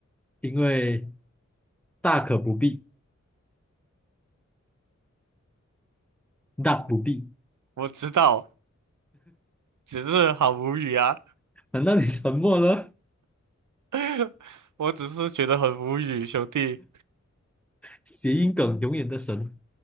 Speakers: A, in the centre; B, on the right.
A: 因为大可不必，大不必。
B: 我知道，只是好无语啊，
A: 难道你沉默了？
B: <laughs> 我只是觉得很无语，兄弟。
A: 谐音梗永远的神。